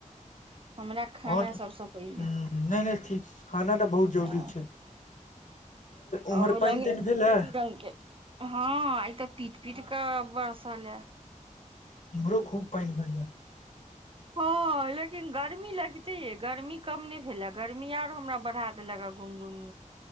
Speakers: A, on the right (about 40°); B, on the left (about 65°).
A: हमरा खाना
B: आओर
A: सबसँ पहिले
B: हूँ, नहि नहि ठीक खाना तऽ बहुत जरूरी
A: हँ
B: छै उम्हर
A: आओर
B: पानि
A: रङ्ग
B: तानि भेल हे
A: बिरङ्गके हँ आइ तऽ पीट पीट कऽ बरसल ये
B: इम्हरो खूब पानि भेल ये
A: हँ लेकिन गर्मी लगिते ये गर्मी कम नय भेले गर्मी आर हमरा बढ़ा दे एल <unintelligible> गा घुम घुम